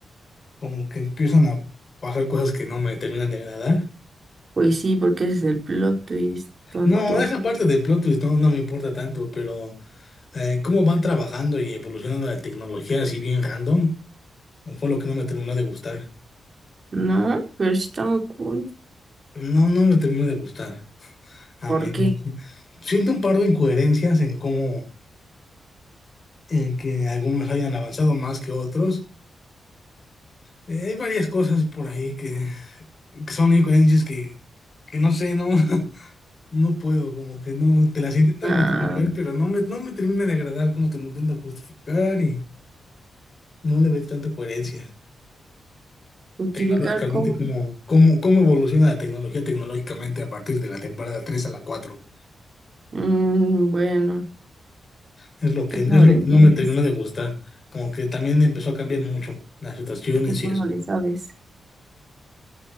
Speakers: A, on the left; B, on the right.
A: como que empiezan a pasar cosas que no me terminan de agradar.
B: Pues sí, porque ese es el plot twist, tonto.
A: No, esa parte del plot twist no, no me importa tanto, pero eh, cómo van trabajando y evolucionando la tecnología así bien random, fue lo que no me terminó de gustar.
B: No, pero sí está muy cool.
A: No, no me termino de gustar. A
B: ¿Por
A: mí
B: qué?
A: siento un par de incoherencias en cómo, en que algunos hayan avanzado más que otros. Eh, hay varias cosas por ahí que, que son incoherencias que, que no sé, no, <laughs> no puedo, como que no, te las intentan
B: Nada,
A: justificar, pero no me, no me termina de agradar cómo te lo intentan justificar y no le ves tanta coherencia.
B: justificar
A: Tecnológicamente,
B: cómo.
A: cómo, cómo, cómo evoluciona la tecnología tecnológicamente a partir de la temporada 3 a la 4.
B: Mm, bueno,
A: Es lo
B: que
A: que,
B: tú
A: es
B: no
A: lo
B: lo entiendes.
A: que no me terminó de gustar. Como que también empezó a cambiar mucho las situaciones
B: Es que tú
A: y eso.
B: no le sabes.